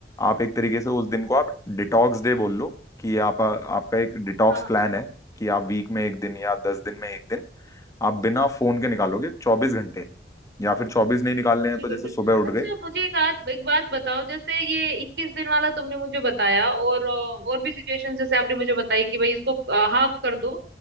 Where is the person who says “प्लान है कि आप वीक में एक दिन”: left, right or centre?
Left